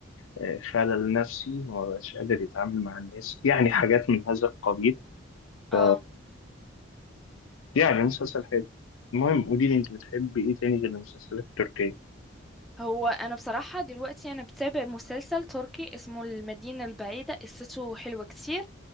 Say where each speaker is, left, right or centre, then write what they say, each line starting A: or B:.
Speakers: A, on the left (about 85°); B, in the centre.
A: آه، خلل نفسي وما بقاش قادر يتعامل مع الناس يعني حاجات من هذا القبيل
B: اه
A: ف يعني مسلسل حلو المهم قولي لي انت بتحبي ايه تاني غير المسلسلات التركية
B: هو انا بصراحه دلوقتي انا بتابع مسلسل تركي اسمه المدينه البعيده قصته حلوه كتير